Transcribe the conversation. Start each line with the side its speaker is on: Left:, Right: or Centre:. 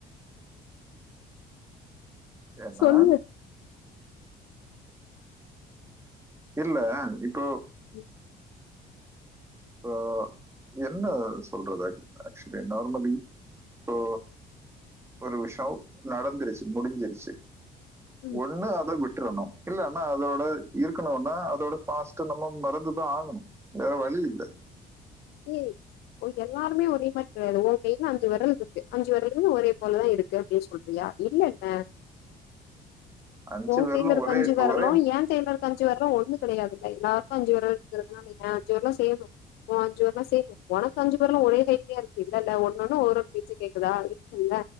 Right: ஏனா
Left: சொல்லு
Right: இல்ல இப்போ
Left: ம்
Right: சோ என்ன சொல்றது ஆக்சுவலி நார்மலி இப்போ ஒரு விஷவ் நடந்துருச்சு முடிஞ்சிருச்சு
Left: ம்
Right: ஒண்ணு அத வி ட்ரனு இல்லனா அதோட இருக்கணும்னா அதோட பாஸ்ட்ட நம்ம மறந்துதா ஆகணு வேற வழி இல்ல
Left: ஏய் உன்கு எல்லாருமே ஒரே மாரி கிடையாது ஓன் கையில அஞ்சு வெரல் இருக்கு அஞ்சு வெரலுமே ஒரே போலதான் இருக்கு னு சொல்றியா இல்ல அ
Right: அஞ்சு
Left: ஓன்
Right: பேர்லும்
Left: கய்ல இருக்க
Right: ஒரே
Left: அஞ்சு வெரலு
Right: ஒரே
Left: ஏன் கய்ல இருக் க அஞ்சு வெரலு ஒன்னு கெடையாதுல எல்லார்க்கு அஞ்சு வெரல் இருக்குனு வெய்யே அஞ்சு வெரலும் சேரும் ஓன் அஞ்சு வெர ந செய்ணும் உனக்குஞ்சு வெரலு ஒரே சேப்லயா இருக்கு இல்லல்ல ஒனொன்னு ஒரு ஒரு பேச்ச கேக்குதா இல்ல இல்ல